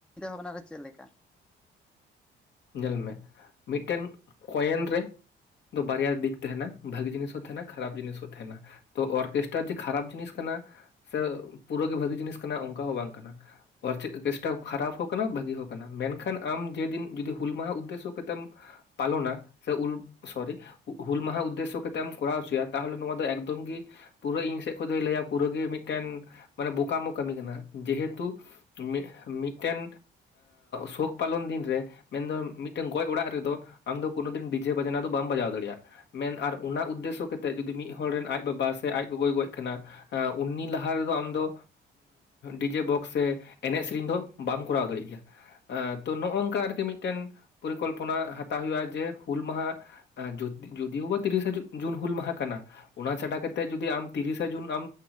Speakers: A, in the centre; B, on the left.
A: ᱵᱷᱟᱵᱱᱟ ᱨᱮ ᱪᱮᱫ ᱞᱮᱠᱟ?
B: ᱧᱮᱞ ᱢᱮ ᱢᱤᱫᱴᱮᱱ ᱠᱚᱭᱮᱱ ᱨᱮ, ᱫᱚ ᱵᱟᱨᱭᱟ ᱫᱤᱠ ᱛᱟᱦᱮᱱᱟ ᱵᱷᱟᱜᱤ ᱡᱤᱱᱤᱥ ᱦᱚᱸ ᱛᱟᱦᱮᱱᱟ, ᱠᱷᱟᱨᱟᱯ ᱡᱤᱱᱤᱥ ᱦᱚᱸ ᱛᱟᱦᱮᱱᱟ ᱾ ᱛᱚ ᱚᱨᱠᱮᱥᱴᱟᱨ ᱡᱮ ᱠᱷᱟᱨᱟᱯ ᱡᱤᱱᱤᱥ ᱠᱟᱱᱟ ᱥᱮ ᱯᱩᱨᱟᱹᱜᱤ ᱵᱷᱟᱹᱜᱤ ᱡᱤᱱᱤᱥ ᱠᱟᱱᱟ ᱚᱱᱠᱟ ᱦᱚᱸ ᱵᱟᱝ ᱠᱟᱱᱟ ᱾ ᱚᱨ ᱠᱮᱥᱴᱟᱯ ᱠᱷᱟᱨᱟᱯ ᱦᱚᱸ ᱠᱟᱱᱟ ᱵᱷᱟᱹᱜᱤ ᱦᱚᱸ ᱠᱟᱱᱟ ᱢᱮᱱᱠᱷᱟᱱ ᱟᱢ ᱡᱮᱫᱤᱱ ᱡᱚᱫᱤ ᱦᱩᱞ ᱢᱟᱦᱟ ᱩᱫᱽᱫᱮᱥᱚ ᱠᱟᱛᱮᱢ ᱯᱟᱞᱚᱱᱟ ᱥᱮ ᱩᱞ ᱥᱚᱨᱤ ᱦᱩᱞ ᱢᱟᱦᱟ ᱩᱫᱽᱫᱮᱥᱥᱚ ᱠᱟᱛᱮ ᱮᱢ ᱠᱚᱨᱟᱣ ᱦᱚᱪᱚᱭᱟ, ᱛᱟᱦᱚᱞᱮ ᱱᱚᱣᱟ ᱫᱚ ᱮᱠᱫᱚᱢ ᱜᱮ ᱯᱩᱨᱟᱹ ᱤᱧ ᱥᱮᱫ ᱠᱷᱚᱱ ᱫᱚᱭ ᱞᱟᱹᱭᱟ ᱯᱩᱨᱟᱹ ᱜᱮ ᱢᱤᱫ ᱢᱤᱫᱴᱮᱱ ᱢᱟᱱᱮ ᱵᱳᱠᱟᱢᱳ ᱠᱟᱹᱢᱤ ᱠᱟᱱᱟ, ᱡᱮᱦᱮᱛᱩ ᱢᱤᱫ ᱢᱤᱫᱴᱮᱱ ᱥᱳᱠ ᱯᱟᱞᱚᱱ ᱫᱤᱱ ᱨᱮ ᱢᱮᱱ ᱫᱚ ᱢᱤᱫᱴᱟᱝ ᱜᱚᱡ ᱚᱲᱟᱜ ᱨᱮ ᱫᱚ ᱟᱢ ᱫᱚ ᱠᱳᱱᱳ ᱫᱤᱱ ᱰᱤᱡᱮ ᱵᱟᱡᱱᱟ ᱫᱚ ᱵᱟᱢ ᱵᱟᱡᱟᱣ ᱫᱟᱲᱮᱭᱟᱜᱼᱟ ᱾ ᱢᱮᱱ ᱟᱨ ᱚᱱᱟ ᱩᱫᱽᱫᱮᱥᱥᱚ ᱠᱟᱛᱮ ᱡᱩᱫᱤ ᱢᱤᱫ ᱦᱚᱲ ᱨᱮᱱ ᱟᱡ ᱵᱟᱵᱟ ᱥᱮ ᱟᱡ ᱜᱚᱜᱚᱭ ᱜᱚᱡ ᱟᱠᱟᱱᱟ, ᱩᱱᱤ ᱞᱟᱦᱟ ᱨᱮ ᱫᱚ ᱟᱢ ᱫᱚ ᱰᱤᱡᱮ ᱵᱚᱠᱥ ᱥᱮ ᱮᱱᱮᱡ ᱥᱮᱨᱮᱧ ᱫᱚ ᱵᱟᱢ ᱠᱚᱨᱟᱣ ᱫᱟᱲᱮᱭᱟᱜ ᱜᱮᱭᱟ ᱾ ᱛᱚ ᱱᱚᱝᱠᱟ ᱟᱨᱠᱤ ᱢᱤᱫᱴᱮᱱ ᱯᱚᱨᱤᱠᱚᱞᱯᱚᱱᱟ ᱦᱟᱛᱟᱣ ᱦᱩᱭᱩᱜᱼᱟ, ᱡᱮ ᱦᱩᱞ ᱢᱟᱦᱟ ᱡᱚᱫᱤ ᱡᱳᱫᱤᱭᱳ ᱵᱟ ᱛᱤᱨᱤᱥᱟ ᱡᱩᱱ ᱦᱩᱞ ᱢᱟᱦᱟ ᱠᱟᱱᱟ ᱚᱱᱟ ᱪᱷᱟᱰᱟ ᱠᱟᱛᱮ ᱡᱚᱫᱤ ᱟᱢ ᱛᱤᱨᱤᱥᱟ ᱡᱩᱱ ᱟᱢ